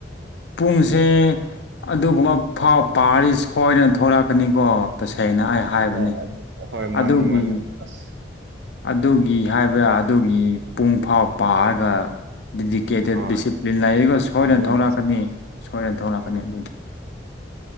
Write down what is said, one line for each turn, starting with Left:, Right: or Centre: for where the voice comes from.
Left: ꯄꯨꯡꯁꯦ ꯑꯗꯨꯒꯨꯝꯕ ꯐꯥꯎ ꯄꯥꯔꯤ ꯁꯣꯏꯅ ꯊꯂꯛꯀꯅꯤꯀꯣ ꯇꯁꯦꯡꯅ ꯑꯩ ꯍꯥꯏꯕꯅꯤ
Right: ꯍꯣꯏ ꯑꯗꯨ ꯍꯣꯏ ꯃꯥꯅꯤ
Left: ꯑꯗꯨꯒꯤ
Right: ꯃꯥꯅꯤ ꯑꯁ
Left: ꯑꯗꯨꯒꯤ ꯍꯥꯏꯕ ꯑꯗꯨꯒꯤ ꯄꯨꯡ ꯐꯥꯎ ꯄꯥꯔꯒ ꯗꯤꯀꯦꯇꯦꯠ
Right: ꯍꯣꯏ
Left: ꯗꯤꯁꯤꯄ꯭ꯂꯤꯟ ꯂꯩꯔꯒ ꯁꯣꯏꯗꯅ
Right: ꯍꯣꯏ
Left: ꯊꯣꯛꯂꯛꯀꯅꯤ ꯁꯣꯏꯗꯅ ꯊꯣꯛꯂꯛꯀꯅꯤ
Right: ꯃꯥꯅꯤ
Left: ꯑꯗꯨꯗꯤ <unintelligible>